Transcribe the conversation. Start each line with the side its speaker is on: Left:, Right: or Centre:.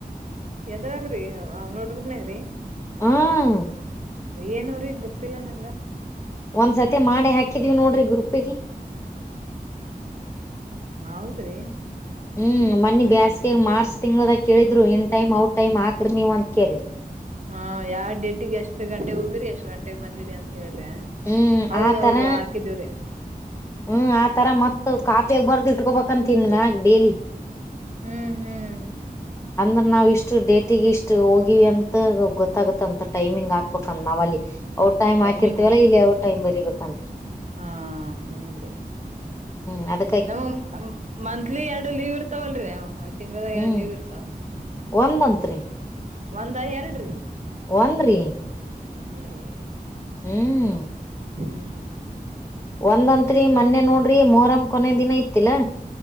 Right: ಎದ್ರಾಗ್ರಿ ನೋಟ್ಬುಕ್ ನಗ್ರಿ
Left: ಹ್ಹ <inaudible>
Right: ಏನೋರಿ ಗೊತ್ತಿಲ್ಲ ನಂಗ
Left: ಒಂದ ಸತಿ ಮಾಡಿ ಹಾಕಿದೀವಿ ನೋಡ್ರಿ ಗ್ರೂಪಿಗಿ
Right: ಹೌದ್ರಿ
Left: ಹ್ಮ್, ಮನ್ನಿ ಬೇಸ್ಗೆಗ ಮಾರ್ಚ್ ತಿಂಗಳದಾಗ ಕೇಳಿದ್ರು ಇನ್ ಟೈಮ್, ಔಟ್ ಟೈಮ್ ಆಕ್ರಿ ನೀವು ಅಂತ ಕೆರಿ.
Right: ಹಾ, ಯಾವ ಡ್ಯೂಟಿಗೆ ಎಷ್ಟ್ ಗಂಟೆಗೆ ಹೋಗಿರಿ, ಎಷ್ಟ್ ಗಂಟೆಗೆ ಬಂದಿರಿ ಅಂತ ಹೇಳಿರ್ಯಾ.
Left: ಹ್ಮ್
Right: ಹೌದೌದು,
Left: ಆತರ
Right: ಹಾಕಿದೀವ್ರೀ
Left: ಹ್ಮ್, ಆತರ ಮತ್ ಕಾಫಿಯಾಗ ಬರ್ದು ಇಟ್ಕೊಬೇಕಂತ ಇನ್ಮ್ಯಾಗ ಡೇಲಿ.
Right: ಹು ಹು <inaudible>
Left: ಅಂದ್ರ ನಾವು ಇಷ್ಟು ಡೇಟಿಗೆ ಇಷ್ಟು ಹೋಗಿವ ಅಂತ ಗೊತ್ತಾಗತ್ತಂತ. ಟೈಮಿಂಗ್ ಹಾಕ್ಬೇಕ ನಾವ ಅಲ್ಲಿ ಔಟ್ ಟೈಮ್
Right: ಟೈಮಿಂಗ್
Left: ಹಾಕಿರ್ತವಲ್ಲ, ಇಲ್ಲಿ ಔಟ್ ಟೈಮ್ ಬರಿಬೇಕಂತ.
Right: ಹಾ, ಹೌದ್ರಿ
Left: ಹ್ಮ್ ಅದಕ್ಕೆ <unintelligible>
Right: ನಮ್ ಮಂತ್ಲಿ ಎರಡು ಲೀವ್ ಇರ್ತಾವಲ್ರಿ ಒಂದ್ ತಿಂಗಳಾದಾಗ
Left: ಹ್ಮ್
Right: ಎರಡ್ ಲೀವ್ ಇರ್ತಾವ
Left: ಒಂದಂತ್ರಿ <unintelligible>
Right: ಒಂದ ಎರಡ್ರೀ
Left: ಒಂದ್ರಿ
Right: ಹನ್ ರೀ <unintelligible>
Left: ಹ್ಮ್
Right: ಹ್ಮ್ ಹ್ಮ್ <inaudible>
Left: ಒಂದಂತ್ರಿ ಮೊನ್ನೆ ನೋಡ್ರಿ ಮೊಹರಂ ಕೊನೆ ದಿನ ಇತ್ತಿಲ್ಲಾ